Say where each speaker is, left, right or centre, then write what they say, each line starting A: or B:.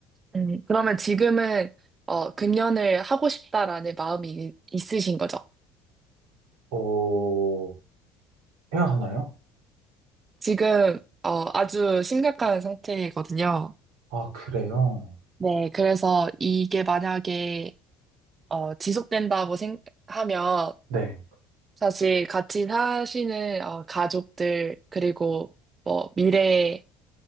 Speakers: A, on the right; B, on the right.
A: 음, 그러면 지금은 어, 금연을 하고 싶다라는 마음이 이- 있으신 거죠?
B: 어, 해야 하나요?
A: 지금 어, 아주 심각한 상태거든요.
B: 아, 그래요?
A: 네, 그래서 이게 만약에 어, 지속된다고 생각하면
B: 네.
A: 사실 같이 사시는 어, 가족들 그리고 뭐 미래에